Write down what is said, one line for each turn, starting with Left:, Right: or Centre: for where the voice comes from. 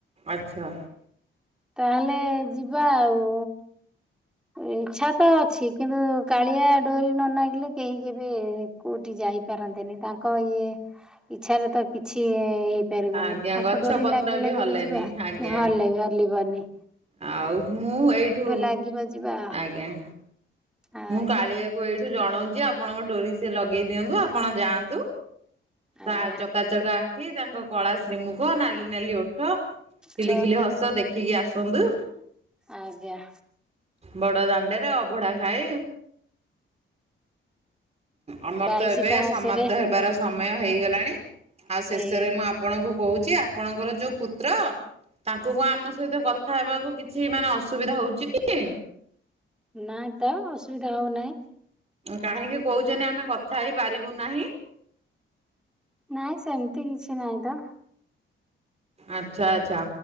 Right: ଆଚ୍ଛା।
Centre: ତାହେଲେ ଯିବା ଆଉ। ଇଚ୍ଛା ତ ଅଛି କିନ୍ତୁ କାଳିଆ ଡୋରି ନ ନାଗିଲେ କେହି କେହିଜିବେ କୋଉଠି ଯାଇପାରନ୍ତିନି ତାଙ୍କ ଇଏ ଇଚ୍ଛାରେ ତ କିଛି ପାରିବନି
Right: ଆଜ୍ଞା
Centre: ତାଙ୍କ
Right: ଗଛ
Centre: ଡୋରି
Right: ପତ୍ର
Centre: ଲାଗି
Right: ବି
Centre: ଲାଗିକି
Right: ହଲେନି
Centre: ଯିବା
Right: ଆଜ୍ଞା।
Centre: ହଲି ହଲିବାନି।
Right: ଆଉ ମୁଁ ଏଇଠୁ
Centre: ଲାଗିବ ଯିବା।
Right: ଆଜ୍ଞା।
Centre: ଆଜ୍ଞା
Right: ମୁଁ କାଳିଆକୁ ଏଇଠୁ ଜଣଉଚି ଆପଣଙ୍କ ଡୋରି ସେ ଲଗେଇ ଦିଅନ୍ତୁ ଆପଣ ଯାଆନ୍ତୁ।
Centre: ଆଜ୍ଞା
Right: ତା ଚକା ଚକା ଆଖି ତାଙ୍କ କଳା ଶ୍ରୀମୁଖ ନାଲି ନାଲି ଓଠ। ଖିଲି
Centre: ଛ
Right: ଖିଲି ହସ ଦେଖିକି ଆସନ୍ତୁ।
Centre: ଆଜ୍ଞା।
Right: ବଡ ଦାଣ୍ଡରେ ଅଭଢା ଖାଇ ଅମର
Centre: ବାଇଶି
Right: ତ ଏବେ
Centre: ପାହାଚରେ
Right: ସମାପ୍ତ ହେବାର ସମୟ ହେଇଗଲାଣି ଆଉ ଶେଷରେ
Centre: ହେଇଗଲେ
Right: ମୁଁ ଆ୍ ଆପଣଙ୍କୁ କହୁଚି ଆପଣଙ୍କର ଯୋଉ ପୁତ୍ର ତାଙ୍କୁ କଣ ଆମ ସହିତ କଥା ହେବାକୁ କିଛି ମାନେ ଅସୁବିଧା ହଉଚି କି?
Centre: ନାଆଁ ତ ଅସୁବିଧା ହଉନାହିଁ।
Right: କାହିଁକି କହୁଛନ୍ତି ଆମେ କଥା ହେଇ ପାରିବୁ ନାହିଁ?
Centre: ନାଇଁ ସେମିତି କିଛି ନାହିଁ ତ
Right: ଆଚ୍ଛା ଆଚ୍ଛା।